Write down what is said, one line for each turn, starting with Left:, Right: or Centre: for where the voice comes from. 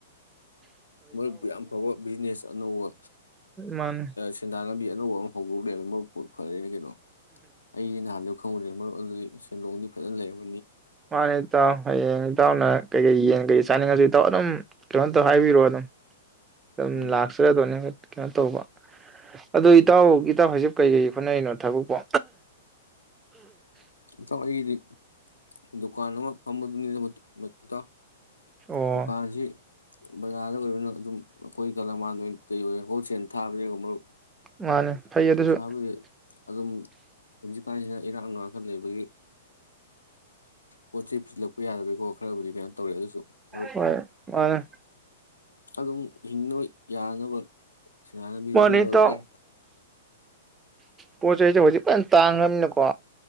Left: ꯃꯔꯨꯞꯄꯨ ꯌꯥꯝ ꯐꯕ ꯕꯤꯖꯤꯅꯦꯁ ꯑꯅꯧꯕ
Right: ꯃꯥꯅꯤ
Left: ꯁꯦꯟꯗꯥꯟ ꯂꯝꯕꯤ ꯑꯅꯧꯕ ꯑꯃ ꯍꯧꯗꯣꯛꯅꯦꯕ ꯃꯔꯨꯞꯄꯨ ꯐꯔꯦꯅꯦ ꯀꯩꯅꯣ ꯑꯩꯗꯤ ꯅꯍꯥꯟꯗꯨ ꯈꯪꯍꯧꯗ꯭ꯔꯦ ꯃꯔꯨꯞ ꯑꯗꯨꯗꯤ ꯁꯥꯟꯗꯣꯡꯗꯤ ꯐꯖꯅ ꯂꯩꯔꯝ
Right: ꯃꯥꯥꯅꯦ ꯏꯇꯥꯎ ꯍꯌꯦꯡ ꯆꯥꯎꯅ ꯀꯩꯀꯩ ꯌꯦꯡꯉꯒꯩ ꯆꯥꯅꯤꯡꯉꯁꯤ ꯇ ꯑꯗꯨꯝ ꯀꯩꯅꯣꯝ ꯇꯧ ꯍꯥꯏꯕꯤꯔꯣ ꯑꯗꯨꯝ ꯑꯗꯨꯝ
Left: ꯎꯝ
Right: ꯂꯥꯛꯁꯤꯔꯗꯣꯅꯦ ꯀꯩꯅꯣ ꯇꯧꯕ ꯑꯗꯣ ꯏꯇꯥꯎ ꯏꯇꯥꯎ ꯍꯥꯏꯁꯦ ꯀꯩ ꯀꯩ ꯍꯣꯠꯅꯔꯤꯅꯣ ꯊꯕꯛꯄꯣ
Left: ꯏꯇꯥꯎ ꯑꯩꯒꯤꯗꯤ ꯗꯨꯀꯥꯟ ꯑꯃ ꯐꯝꯕꯗꯨꯅꯤꯗ ꯏꯇꯥꯎ
Right: ꯑꯣ
Left: ꯗꯨꯀꯥꯟꯁꯤ ꯕꯖꯥꯔꯗ ꯑꯣꯏꯕꯅ ꯑꯗꯨꯝ ꯑꯩꯈꯣꯏ ꯀꯂꯥꯃꯥꯟ ꯋꯣꯏ ꯀꯩ ꯑꯣꯏ ꯍꯣꯜꯁꯦꯜ ꯊꯥꯕꯅꯦ ꯃꯔꯨꯞ
Right: ꯃꯥꯅꯦ ꯐꯩ ꯑꯗꯨꯁꯨ
Left: ꯄꯩꯁꯥꯕꯨꯗꯤ ꯑꯗꯨꯝ ꯇꯥꯏꯦ ꯏꯔꯥꯡꯅ ꯋꯥꯈꯜ ꯂꯩꯕꯒꯤ ꯄꯣꯠ ꯆꯩ ꯄꯨꯜꯂꯛꯄ ꯌꯥꯗꯕꯒꯤꯀꯣ ꯈꯔꯕꯨꯗꯤ ꯀꯩꯅꯣ ꯇꯧꯔꯦ ꯑꯗꯨꯁꯨ ꯃꯔꯨꯞ
Right: ꯍ ꯃꯥꯅ
Left: ꯑꯗꯨꯝ ꯍꯤꯡꯅꯕ ꯌꯥꯅꯕ ꯁꯅꯖꯒꯤ
Right: ꯃꯥꯅꯦ ꯏꯇꯥꯎ
Left: ꯑꯦ
Right: ꯄꯣꯠ ꯆꯩꯁꯦ ꯍꯧꯖꯤꯛ ꯐꯅ ꯇꯥꯡꯈ꯭ꯔꯕꯅꯤꯅꯀꯣ